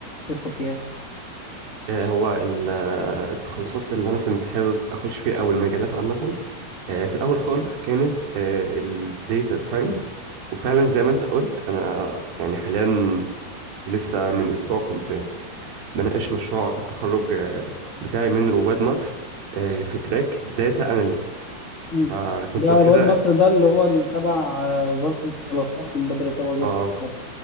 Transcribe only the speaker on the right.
آه، هو ال- آه، التخصصات اللي أنا كنت حابب أخش فيها أو المجالات عامة آه، في الأول خالص كانت الديتا ساينس وفعلا زي ما أنت قلت أنا يعني حاليا لسه من أسبوع كنت بناقش مشروع التخرج آه، بتاعي من رواد مصر آه، في تراك داتا أناليست
فكنت
واخدها
اه